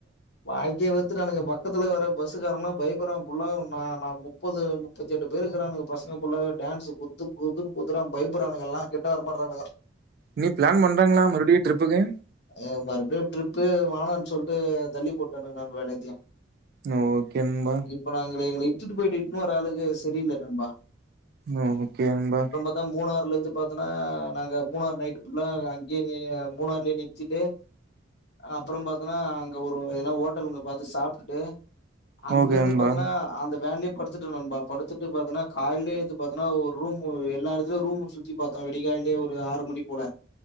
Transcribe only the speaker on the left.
வாழ்க்கையே வெறுத்துட்டானுங்க பக்கத்துல வர பஸ்சுக்காரங்லா பயப்புட்றானுங்க ஃபுல்லா நா நா முப்பது முப்பத்தெட்டு பேர் இருக்ககுறானுங்க பசங்க ஃபுல்லாவே டான்ஸ் குத்து குத்துனு குத்துறா பயப்பட்றானுங்க எல்லா ஃபிராடு பண்றானுங்கோ
எ மறுபடியு ட்ரிப்பு வேணான் சொல்டு தள்ளி போட்டானுங்க நண்பா எல்லாத்தையு
இப்ப நாங்க எங்கள எங்கள இட்டுட்டு போயிட்டு இட்டுன்னு வர ஆளுக்கு சரியில்ல நண்பா
அதா மூணார்ல இருந்து பாத்தன்னா நாங்க மூணாறு நைட்டு ஃபுல்லா அங்கயே மூணாறுலயே நிறுத்திட்டு அப்புறம் பாத்தேன்னா அங்க ஒரு ஏதனா ஹோட்டலுங்க பாத்து சாப்டுட்டு அங்கந்து
பாத்தன்னா அந்த வேன்லேயே படுத்துட்டோ நண்பா படுத்துட்டு பாத்தனா கால்லையே எழுந்து பாத்தினா ஒரு ரூம் எல்லா எடத்துலயு ரூம் சுத் சுத்திபாத்தோ வெடிகால்லயே ஒரு ஆறு மணி போல